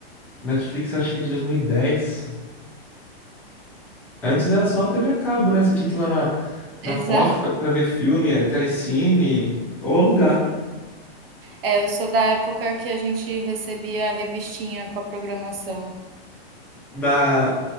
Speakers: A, in the centre; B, on the right (about 65°).
A: Netflix eu acho que é de 2010. Antes era só TV a cabo, né? Você tinha que ir lá na, na
B: Exato.
A: Fox pra, pra ver filme, é, Telecine, ou alugar.
B: É, eu sou da época que a gente recebia a revistinha com a programação.
A: Da...